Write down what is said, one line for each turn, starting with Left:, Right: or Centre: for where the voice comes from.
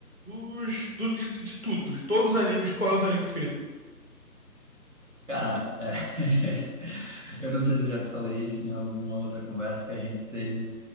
Left: Dos, do- de, de tudo, de todos os animes, qual é o seu anime preferido?
Right: Cara, é. <laughs> Eu não sei se eu já te falei isso em alguma outra conversa que a gente teve,